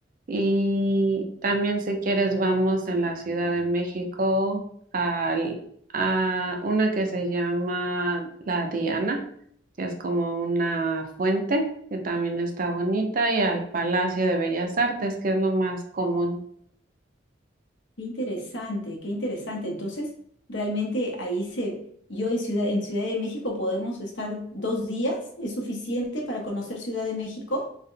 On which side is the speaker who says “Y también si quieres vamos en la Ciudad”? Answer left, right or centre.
Right